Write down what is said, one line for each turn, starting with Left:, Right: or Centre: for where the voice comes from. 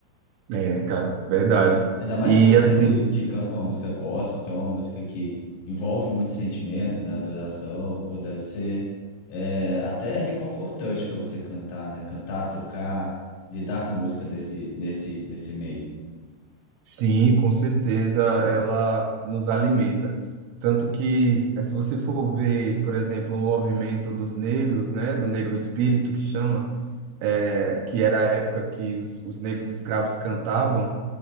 Right: é, cara, verdade.
Left: Ainda mais
Right: E
Left: você
Right: assim,
Left: que, que canta uma música gospel, que é uma música que envolve muito sentimento, né? Adoração, pô, deve ser é, até reconfortante para você cantar, né? Cantar, tocar, lidar com música desse, nesse, nesse meio.
Right: Sim, com certeza ela nos alimenta. Tanto que, eh, se você for ver, por exemplo, o movimento dos negros, né, do negro espírito que chama, eh, que era a época que os, os negros escravos cantavam,